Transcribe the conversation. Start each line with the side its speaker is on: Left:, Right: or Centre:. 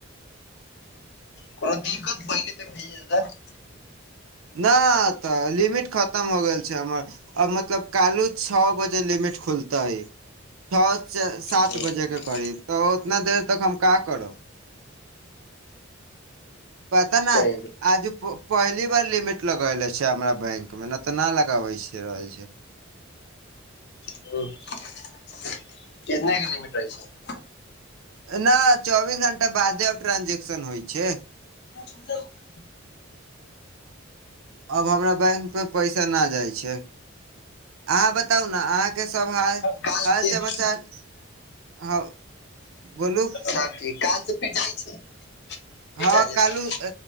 Left: कोनो दिक्कत पहिले तऽ भेज <unintelligible>
Right: ना तऽ लिमिट खतम हो गेल छै हमर आ मतलब कालू छौ बजे लिमिट खुलतै। छौ से सात
Left: हूँ
Right: बजे के करीब तऽ उतना देर तक हम का करब। पता न
Left: सही
Right: आजु प पहिली बार लिमिट लगैले छै हमरा बैंक मे न तऽ न लगावै छियै रहै छै।
Left: उंह केतना के लिमिट रहै छै
Right: ना चौबीस घंटा बादे आब ट्रांजेक्शन होइ छै।
Left: <inaudible>
Right: अब हमरा बैंक मे पैसा न जाइ छै। अहाँ बताउ न अहाँके सभ हाल
Left: काल
Right: हाल
Left: से
Right: समाचार हँ बोलू
Left: हँ जी काल से फेर जाइ छै <unintelligible>
Right: हँ
Left: संगे
Right: कालू-
Left: संग